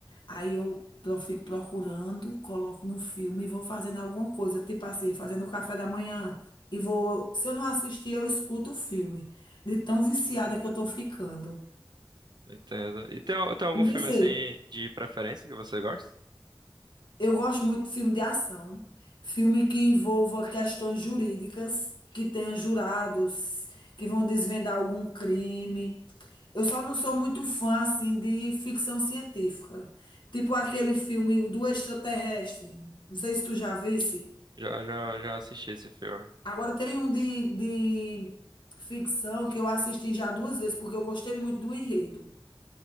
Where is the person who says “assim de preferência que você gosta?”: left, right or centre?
Right